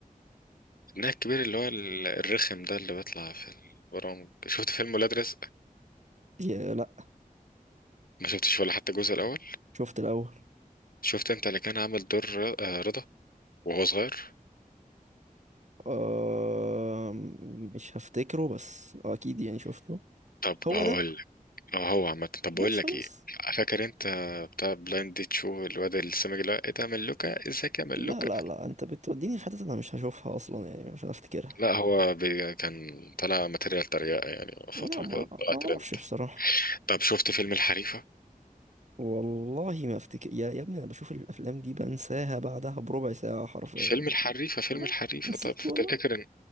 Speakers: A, on the left; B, on the right.
A: ابنها الكبير اللي هو ال- الرخم ده اللي بيطلع في البرامج شفت فيلم ولاد رزق
B: هي لا
A: ما شفتش ولا حتى الجزء الأول
B: شفت الأول
A: شفت أنت اللي كان عامل دور ر- آه، رضا وهو صغير
B: آه مش هفتكره بس آه أكيد يعني شفته
A: طب
B: هو
A: هقول
B: ده
A: اه هو عامة طب بقول
B: ماشي
A: لك
B: خلاص
A: ايه فاكر انت بتاع بلايند ديت شو الواد السمج ده ايه ده ملوكة ازيك يا ملوكة
B: لا لا لا انت بتوديني في حتت انا مش هشوفها اصلا يعني مش هفتكرها
A: لا هو بي كان طلع ماتيريال تريقة يعني فترة
B: لا ما
A: كده طلع
B: ما اعرفش
A: ترند
B: بصراحة
A: طب شفت فيلم الحريفة
B: والله ما افتكر يا يا ابني انا بشوف الافلام دي بنساها بعدها بربع ساعة حرفيا
A: فيلم الحريفة
B: يعني
A: فيلم
B: لا
A: الحريفة
B: نسيت
A: طب فتفتكر
B: والله
A: ان